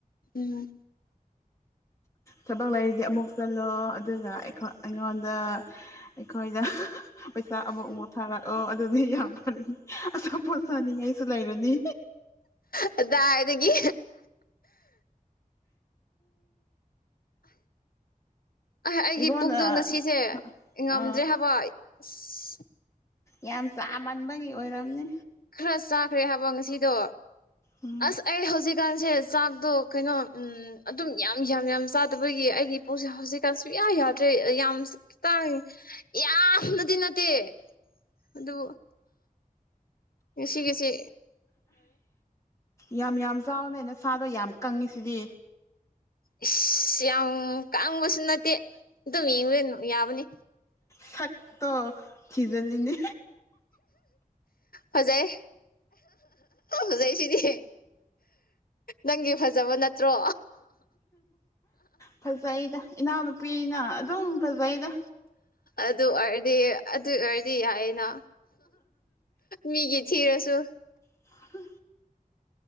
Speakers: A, on the left; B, on the left.
A: ꯎꯝ
B: ꯊꯕꯛ ꯂꯩꯔꯤꯗꯤ ꯑꯃꯨꯛ ꯆꯠꯂꯣ ꯑꯗꯨꯅ ꯑꯩꯈꯣꯏ ꯑꯩꯉꯣꯟꯗ ꯑꯩꯈꯣꯏꯗ ꯄꯩꯁꯥ ꯑꯃꯨꯛ ꯑꯃꯨꯛ ꯊꯥꯔꯛꯑꯣ ꯑꯗꯨꯗꯤ ꯌꯥꯝ ꯐꯔꯅꯤ ꯑꯆꯥꯄꯣꯠ ꯆꯥꯅꯤꯡꯉꯥꯏꯁꯨ ꯂꯩꯔꯅꯤ
A: ꯀꯗꯥꯏꯗꯒꯤ ꯑ ꯑꯩꯒꯤ
B: ꯏꯕꯣꯅ
A: ꯄꯨꯛꯇꯣ ꯉꯁꯤꯁꯦ ꯉꯝꯗ꯭ꯔꯦ
B: ꯑ
A: ꯍꯥꯏꯕ ꯑꯁ
B: ꯌꯥꯝ ꯆꯥꯃꯟꯕꯒꯤ ꯑꯣꯏꯔꯝꯅꯤ
A: ꯈꯔ ꯆꯥꯈ꯭ꯔꯦ ꯍꯥꯏꯕꯣ ꯉꯁꯤꯗꯣ
B: ꯎꯝ
A: ꯑꯁ ꯑꯩ ꯍꯧꯖꯤꯛ ꯍꯧꯖꯤꯛꯀꯥꯟꯁꯦ ꯆꯥꯛꯇꯣ ꯀꯩꯅꯣ ꯎꯝ ꯑꯗꯨꯝ ꯌꯥꯝ ꯌꯥꯝ ꯌꯥꯝ ꯆꯥꯗꯕꯒꯤ ꯑꯩꯒꯤ ꯄꯨꯛꯁꯦ ꯍꯧꯖꯤꯛꯀꯥꯟꯁꯦ ꯌꯥ ꯌꯥꯗ꯭ꯔꯦ ꯌꯥꯝꯁ ꯇꯥꯡ ꯌꯥꯝꯅꯗꯤ ꯅꯠꯇꯦ ꯑꯗꯨ ꯉꯁꯤꯒꯤꯁꯦ
B: ꯌꯥꯝ ꯌꯥꯝ ꯆꯥꯎꯅꯦ ꯅꯁꯥꯗꯣ ꯌꯥꯝ ꯀꯪꯉꯤꯁꯤꯗꯤ
A: ꯏꯁꯁ ꯌꯥꯝ ꯀꯥꯡꯕꯁꯨ ꯅꯠꯇꯦ ꯑꯗꯨꯝ ꯌꯦꯡꯕꯗꯤ ꯑꯗꯨꯝ ꯌꯥꯕꯅꯤ
B: ꯁꯛꯇꯣ ꯊꯤꯖꯜꯂꯤꯅꯤ
A: ꯍꯣꯖꯩ ꯍꯣꯖꯩ ꯁꯤꯗꯤ ꯅꯪꯒꯤ ꯐꯖꯕ ꯅꯠꯇ꯭ꯔꯣ
B: ꯐꯖꯩꯗ ꯏꯅꯥꯎꯅꯨꯄꯤꯅ ꯑꯗꯨꯝ ꯐꯖꯩꯗ
A: ꯑꯗꯨ ꯑꯣꯏꯔꯗꯤ ꯑꯗꯨ ꯑꯣꯏꯔꯗꯤ ꯌꯥꯏꯌꯦꯅꯥ ꯃꯤꯒꯤ ꯊꯤꯔꯁꯨ
B: ꯍ